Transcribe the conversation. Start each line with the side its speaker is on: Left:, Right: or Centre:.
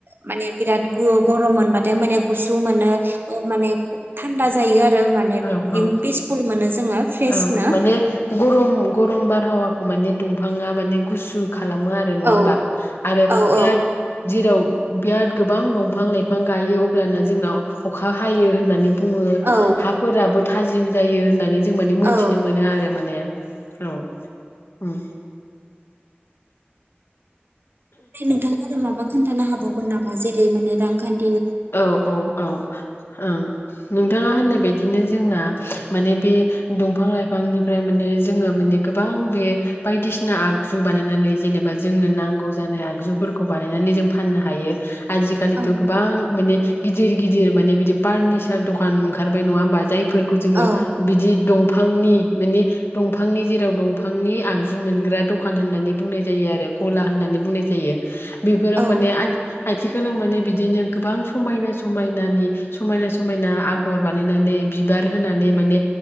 Right: माने बिराद ग-गरम मोनबाथ' माने गुसु मोनो ओ माने थां दा जायो आरो माने
Left: औ
Right: बिदि
Left: औ
Right: पिसफुल मोनो जोङो फ्रेसनो
Left: औ माने गरम गरम बारहावाखौ माने दंफाङा माने गुसु खालामो आरो नङा होमबा
Right: औ
Left: आरो
Right: औ
Left: बिराद
Right: औ
Left: जेराव बिराद गोबां दंफां लाइफां गायो अब्लाना जोंनाव अखा हायो होननानै बुङो
Right: औ
Left: फोराबो थाजिम जायो होननानै जों माने मोनथिनो
Right: औ
Left: मोनो आरो माने। औ ओं
Right: ओमफ्राय नोंथाङा आरो माबा खोन्थानो हाबाव नामा जेरै माने रांखान्थि
Left: औ औ औ ओं नोंथाङा होननाय बायदि बिदिनो जोंना माने बे दंफां लाइफांनिफ्राय माने जोङो माने गोबां बे बायदिसिना आगजु बानायनानै जेनेबा जोंनो नांगौ जानाय आगजुफोरखौ बानायनानै जों फाननो हायो। आजिखालिथ'
Right: औ
Left: गोबां माने गिदिर गिदिर माने बिदि फार्निसार दखान ओंखारबाय नङा होमबा? जायफोरखौ जोङो
Right: औ
Left: बिदि दंफां दंफांनि माने दंफांनि जेराव दंफांनि आगजु मोनग्रा दखान होननानै बुंनाय जायो आरो ग'ला होननानै बुंनाय जायो। बेफोराव
Right: औ
Left: माने आ आथिखालाव माने बिदिनो गोबां समायना समायनानि समायना समायना आगर बानायनानै बिबार होनानै माने